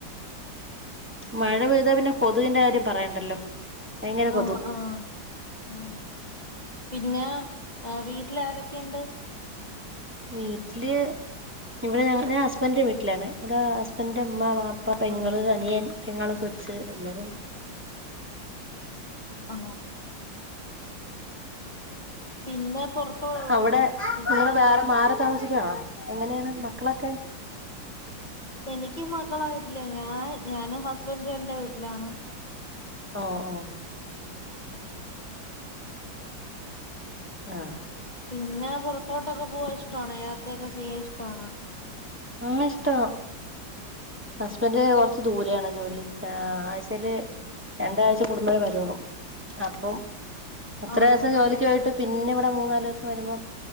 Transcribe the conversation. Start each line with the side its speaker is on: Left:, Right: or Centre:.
Centre: മഴ പെയ്താ പിന്നെ കൊതുകിന്റെ കാര്യം പറയണ്ടല്ലോ. ഭയങ്കര
Left: ആ
Centre: കൊതുക്
Left: ആ ആ പിന്നെ അ വീട്ടിലാര ക്കെയിണ്ട്
Centre: വീട്ടില് ഇവിടെ ഞ ഞാൻ ഹസ്ബൻന്റെ വീട്ടിലാണേ. <unintelligible> ഹസ്ബൻന്റെ ഇമ്മ വാ പ്പ പെങ്ങള്
Left: ആഹ്
Centre: അനിയൻ. പെങ്ങളെ കൊച്ച് എല്ലാരും.
Left: ആ പിന്നെ പൊറത്തോ
Centre: അവിടെ
Left: പിന്നെ
Centre: നിങ്ങൾ വേറെ മാറി താമസിക്കാണോ എങ്ങനേണ് മക്കളൊക്കെ
Left: എനിക്ക് മക്കളായിട്ടില്ല. ഞാൻ ഞാനും ഹസ്ബൻഡും എന്റെ വീട്ടിലാണ്.
Centre: ഓ ഓ
Left: ആ
Centre: ആഹ്
Left: പിന്നെ പൊറത്തോട്ടൊക്കെ പോവാ ഇഷ്ട്ടാണാ യാത്രയൊക്കെ ചെയ്യാൻ ഇഷ്ട്ടാണോ?
Centre: ഉം ഇഷ്ട്ട വാ ഹസ്ബൻഡ്
Left: ആഹ്
Centre: കുറച്ച് ദൂര - ന്താണ് ജോലി ആഹ് ആഴ്- ല് രണ്ടാഴ്ച്ച- കൂടുമ്പോഴേ വരുള്ളു അപ്പം എത്ര
Left: ആഹ്
Centre: ദിവസം
Left: ആഹ്
Centre: ജോലിക്ക് പോയിട്ട് പിന്നിവിടെ മൂ മൂന്നാല് ദിവസം വരുമ്പോ